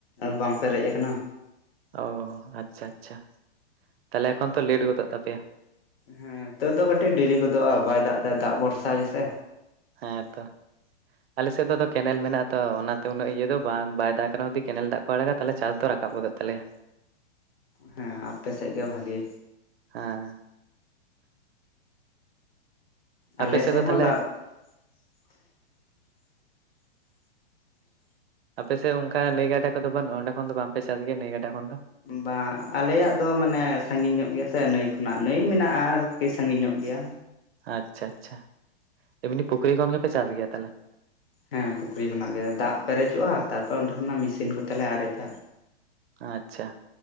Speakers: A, on the left; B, on the right.
A: ᱵᱟᱝ ᱯᱮᱨᱮᱡ ᱟᱠᱟᱱᱟ
B: ᱚ ᱟᱪᱪᱷᱟ ᱟᱪᱪᱷᱟ ᱛᱟᱦᱞᱮ ᱮᱠᱷᱚᱱ ᱛᱚ ᱞᱮᱴ ᱜᱚᱫᱚᱜ ᱛᱟᱯᱮᱭᱟ
A: ᱦᱮᱸ ᱛᱚ ᱫᱚ ᱠᱟᱹᱴᱤᱡ ᱰᱮᱨᱤ ᱜᱚᱫᱚᱜᱼᱟ ᱵᱟᱭ ᱫᱟᱜ ᱫᱟ ᱫᱟᱜ ᱵᱷᱚᱨᱥᱟ ᱜᱮ ᱥᱮᱼᱼ
B: ᱦᱮᱸ ᱛᱚᱼᱼ ᱟᱞᱮ ᱥᱮᱫ ᱫᱚ ᱟᱫᱚ ᱠᱮᱱᱮᱞ ᱢᱮᱱᱟᱜᱼᱟ ᱛᱚ ᱚᱱᱟ ᱛᱮ ᱩᱱᱟᱹᱜ ᱤᱭᱟᱹ ᱫᱚ ᱵᱟᱝ ᱵᱟᱭ ᱫᱟᱜ ᱨᱮᱦᱚᱸ ᱡᱩᱫᱤ ᱠᱮᱱᱮᱞ ᱫᱟᱜᱼᱼ ᱠᱚ ᱟᱲᱟᱜᱟ ᱛᱟᱞᱮ ᱪᱟᱥ ᱫᱚ ᱨᱟᱠᱟᱵ ᱜᱚᱫᱚᱜ ᱛᱟᱞᱮᱭᱟ
A: ᱦᱮᱸ ᱟᱯᱮ ᱥᱮᱫ ᱜᱮ ᱵᱷᱟᱜᱮᱼᱼ
B: ᱦᱮᱸ
A: ᱟᱞᱮ
B: ᱟᱯᱮ ᱥᱮᱫ ᱫᱚ
A: ᱦᱚᱸ
B: ᱛᱟᱦᱞᱮ
A: ᱫᱟᱜ <inaudible>
B: ᱟᱯᱮ ᱥᱮᱫ ᱚᱱᱠᱟ ᱱᱟᱹᱭ ᱜᱟᱰᱟ ᱠᱚᱫᱚ ᱵᱟᱹᱱᱩᱜᱼᱟ ᱚᱸᱰᱮ ᱠᱷᱚᱱ ᱫᱚ ᱵᱟᱝ ᱯᱮ ᱪᱟᱥ ᱜᱮᱭᱟ ᱱᱟᱹᱭ ᱜᱟᱰᱟ ᱠᱷᱚᱱ ᱫᱚᱼᱼ
A: ᱵᱟᱝ, ᱟᱞᱮᱭᱟᱜ ᱫᱚ ᱢᱟᱱᱮ ᱥᱟᱺᱜᱤᱧ ᱧᱚᱜ ᱜᱮᱭᱟ ᱥᱮ ᱱᱟᱹᱭ ᱠᱷᱚᱱᱟᱜ। ᱱᱟᱹᱭ ᱢᱮᱱᱟᱜᱼᱟ ᱟᱨᱠᱤ, ᱥᱟᱺᱜᱤᱧ ᱧᱚᱜ ᱜᱮᱭᱟ।
B: ᱟᱪᱪᱷᱟ ᱟᱪᱪᱷᱟ ᱮᱢᱱᱤ ᱯᱩᱠᱷᱨᱤ ᱠᱷᱚᱱ ᱜᱮᱯᱮ ᱪᱟᱥ ᱜᱮᱭᱟ ᱛᱟᱦᱟᱞᱮ?
A: ᱦᱮᱸ ᱯᱩᱠᱷᱨᱤ ᱠᱷᱚᱱᱟᱜ ᱜᱮ। ᱫᱟᱜ ᱯᱮᱨᱮᱡᱚᱜᱼᱟ ᱛᱟᱨᱯᱚᱨ ᱚᱸᱰᱮ ᱠᱷᱚᱱᱟᱜ ᱢᱮᱥᱤᱱ ᱠᱚᱛᱮᱞᱮ ᱟᱨᱮᱡᱟ।
B: ᱟᱪᱪᱷᱟ